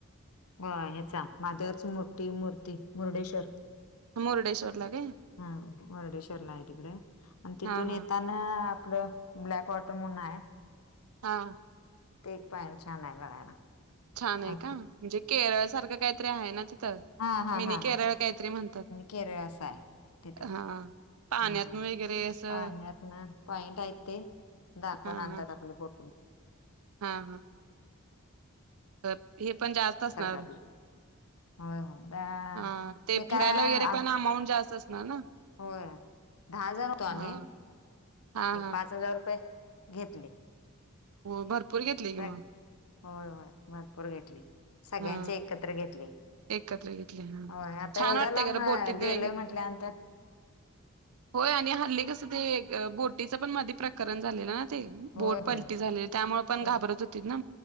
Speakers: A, on the left; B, on the right.
A: हो ह्याचा <unintelligible> मूर्ती मूर्ती मुर्डेश्वर.
B: मुर्डेश्वरला काय.
A: हा मुर्डेश्वरला आहे तिकडे आणि तिथून
B: हा
A: येता
B: हा
A: आपलं ब्लॅक वॉटर म्हणून आहे.
B: हां
A: ते पण छान आहे बघायला.
B: छान
A: हा
B: आहे का म्हणजे केरळ सारखं काहीतरी आहे ना तिथं.
A: हा हा
B: मिनी
A: हा
B: केरळ
A: हा
B: काहीतरी म्हणतात
A: केरळस आहे तिथे
B: हा पाण्यातून
A: हम्म
B: वगैरे असं
A: पाण्यात ना पॉइंट आहेत ते. दाखवून
B: हा
A: आणतात
B: हा
A: आपले बोटून.
B: हा हां तर हे पण जास्त असणार.
A: सारखं आपलं होय होय त्या
B: हा ते
A: हे काय
B: फिरायला वगैरे
A: आम
B: पण अमाऊंट जास्त असणार ना?
A: होय दहा जण होतो आम्ही.
B: हा हा
A: एक
B: हा
A: पाच हजार रुपये घेतले.
B: हो भरपूर घेतले
A: काय
B: कि मग.
A: होय होय भरपूर घेतले सगळ्यांचे
B: हा
A: एकत्र घेतले.
B: एकत्र घेतले हा
A: हो आता
B: छान
A: एवढ्या
B: वाटते
A: लांब
B: खरं बोटीत
A: गेलोय
B: वगैरे
A: म्हटल्यानंतर.
B: होय आणि हल्ली कस ते बोटीचं पण मधी प्रकरण झालेलंना. ते
A: होय
B: बोट
A: होय
B: पलटी झालेले त्यामुळे पण
A: ते
B: घाबरत होती ना